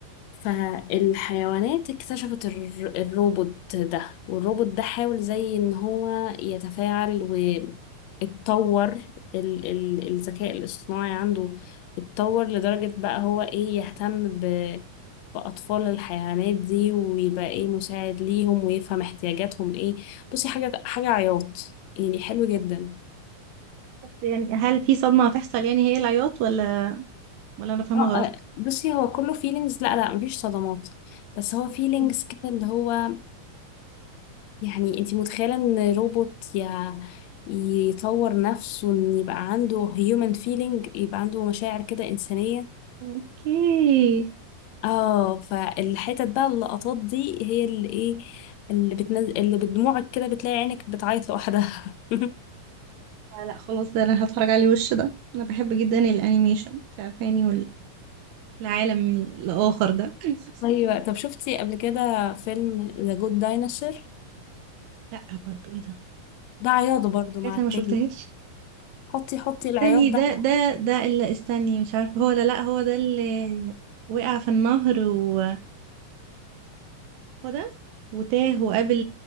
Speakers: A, on the left; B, on the right.
A: فالحيوانات اكتشفت الر... الروبوت ده والروبوت ده حاول زي ان هو يتفاعل واتطور ال... ال... الذكاء الاصطناعي عنده اتطور لدرجة بقى هو ايه يهتم ب... بأطفال الحيوانات دي ويبقى ايه مساعد ليهم ويفهم احتياجاتهم ايه بصي حاجة حاجة عياط يعني حلو جدا
B: بس يعني هل في صدمة هتحصل يعني هي العياط ولا ولا انا فاهمة
A: اه
B: غلط
A: آه، بصي هو كله فيلينجز لا لا مفيش صدمات بس هو فيلينجز
B: إنتي-
A: كده اللي هو يعني انتي متخيلة ان روبوت يا يطور نفسه ان يبقى عنده هيومن فيلينج يبقى عنده مشاعر كده إنسانية
B: اوكي
A: اه فالحتت بقى اللقطات دي هي اللي ايه اللي بتنزل اللي بدموعك كده بتلاقي عينك بتعيط لوحدها <laughs>
B: لا لا خلاص ده انا هتفرج عليه وش ده انا بحب جدا الانيميشن انت عارفاني والعالم الاخر ده <laughs>
A: ايوه طب شفتي قبل كده فيلم ذا جود دايناسور
B: لا برضو ايه ده
A: ده عياط برضو
B: حاجات
A: مع
B: انا
A: التاني
B: ما شفتهاش
A: حطي حطي
B: استني
A: العياط ده
B: ده ده ده اللي استني مش عارفة هو ولا لأ هو ده اللي وقع في النهر و هو ده وتاه وقابل